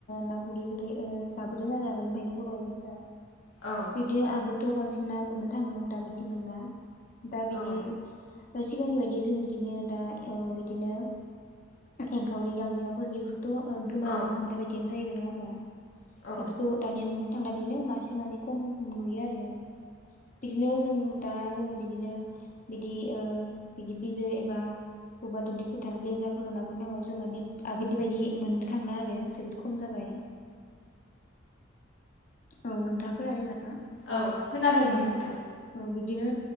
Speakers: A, on the left; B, on the left.
A: ना गुरै गुरै जाबोदों आरो आगोलनिफ्रायनो बर' आइजोफोरा
B: औ
A: बिब्दि आगोलथ' बांसिना मोननो थाङोमोन दा बिदिमोनला दाब
B: औ
A: ग सिगांनि बायदि जों बिदिनो दा बिदिनो एंखावरि गांजेमाफोर बे गोमालांनो
B: औ
A: हमनाय बायदियनो जाहैबाय नङा हबा
B: औ
A: बेफोरखौ दानिया नुनो थांला बिदिनो मासे मानै खम नुयो आरो बिदिनो जों दा जो बिदिनो बिदि ओ बिदि बिलो एबा बबेबा दुब्लि फोथार लेेजाफोराव ना गुरनो थांबाबो जों माने आगोलनि बायदि मोननो थांला आरो जोबोद खम जाबाय औ <unintelligible>
B: औ खोनादों नोंथां
A: औ औ बिदिनो